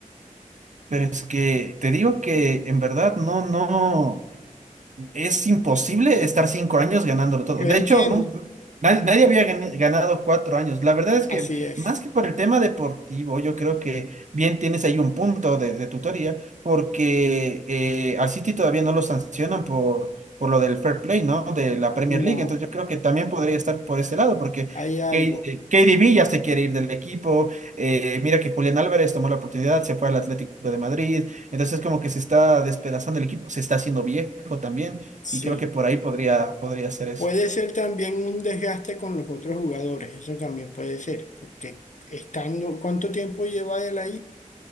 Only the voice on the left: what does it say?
Yo
entiendo,
así
es.
No,
hay algo,
sí.
Puede ser también un desgaste con los otros jugadores, eso también puede ser, porque estando, ¿cuánto tiempo lleva él ahí?